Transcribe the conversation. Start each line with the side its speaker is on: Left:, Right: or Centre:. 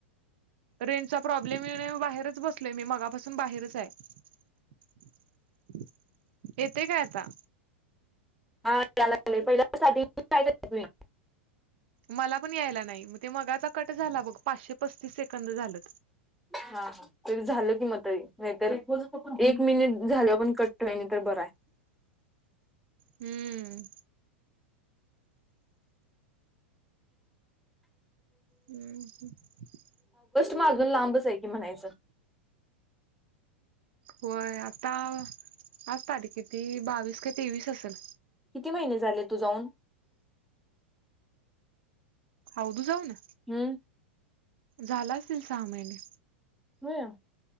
Right: रेंज चा प्रॉब्लेम ये नाही बाहेरच बसलोय मी मगापासून बाहेरच आहे येतेय काय आता
Centre: हा या लाग पहिल्या
Right: मला पण यायला नाही मग ते मग आता कट झाला बघ पाचशे पस्तीस सेकंद झालं
Centre: हा हा तरी झाल कि म तरी नाहीतर एक मिनिट झाल आपण कट तर बरं आहे.
Right: हम्म हम्म हम्
Centre: मागून लांबच आहे की म्हणायचं
Right: होय आता आज तारीखे ती बावीस का तेवीस असेल
Centre: किती महिने झाले तू जाऊन
Right: अवधू जाऊ ना
Centre: हम्म
Right: झाला असेल सहा महिने
Centre: होय.